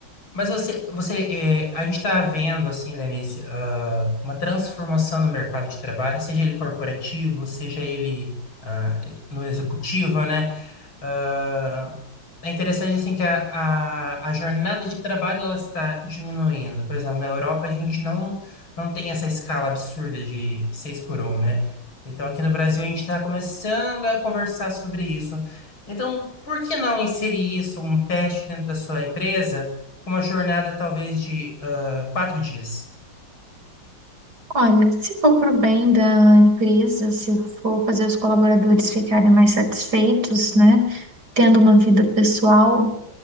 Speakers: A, on the left; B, on the right.
A: Mas você, você eh, a gente está vendo, assim, Lenice, ah, uma transformação no mercado de trabalho, seja ele corporativo, seja ele ah, no executivo, né? Ah, é interessante, assim, que a, a, a jornada de trabalho ela está diminuindo. Por exemplo, na Europa a gente não, não tem essa escala absurda de seis por um, né? Então, aqui no Brasil a gente está começando a conversar sobre isso. Então, por que não inserir isso, um teste dentro da sua empresa? Uma jornada talvez de ah, quatro dias.
B: Olha, se for para o bem da empresa, se for fazer os colaboradores ficarem mais satisfeitos, né, tendo uma vida pessoal,